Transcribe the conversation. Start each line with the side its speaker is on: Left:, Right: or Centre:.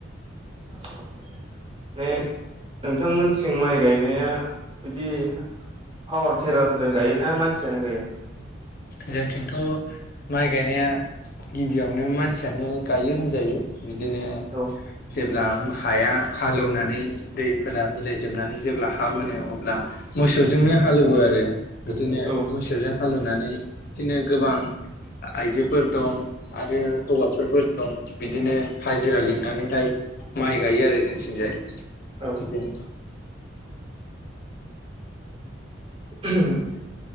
Right: औ माने नोंथांमोनथिं माइ गायनाया बिदि पावार टेरार फोरजों गायोना मानसियानो गायो
Left: जोंनिथिंथ' माइ गायनाया गिबियावनो मानसियानो गायो होनजायो बिदिनो
Right: औ
Left: जे ब्ला हाया हालेवनानै दैफोरा मिलायजोबनानै जेब्ला हा मोनो अब्ला मोसौजोंनो हालौवो आरो बिदिनो
Right: औ
Left: मोसौजों हालौवनानै बिदिनो गोबां आइजोफोर दं आरो हौवाफोरबो दं बिदिनो हाजिरा लिंनानैहाय माइ गायो आरो जोंथिंजाय
Right: औ
Left: बिदिनो
Right: ह